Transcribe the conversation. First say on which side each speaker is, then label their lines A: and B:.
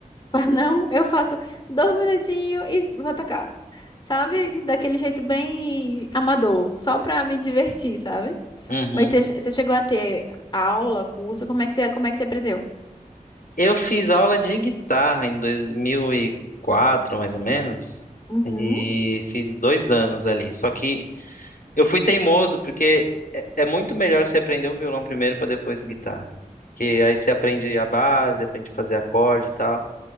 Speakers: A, on the left; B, on the left.
A: Mas não, eu faço dois minutinhos e vou tocar. Sabe? Daquele jeito bem amador, só pra me divertir, sabe?
B: Uhum.
A: Mas você che- você chegou a ter aula, curso, como é que você, como é que você aprendeu?
B: Eu fiz aula de guitarra em dois mil e quatro mais ou menos,
A: Uhum,
B: e fiz dois anos ali. Só que eu fui teimoso, porque é, é muito melhor você aprender o violão primeiro para depois a guitarra. Porque aí você aprende a base, aprende a fazer acorde e tal.